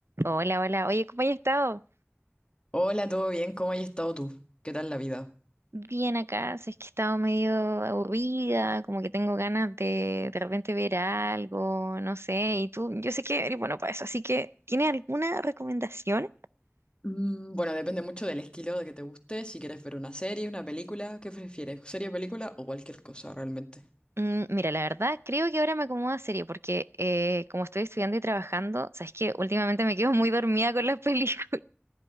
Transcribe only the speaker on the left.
Hola, ¿todo bien? ¿Cómo has estado tú? ¿Qué tal la vida?
Mm, bueno, depende mucho del estilo de que te guste, si quieres ver una serie, una película, ¿qué prefieres? ¿Serie, película o cualquier cosa realmente?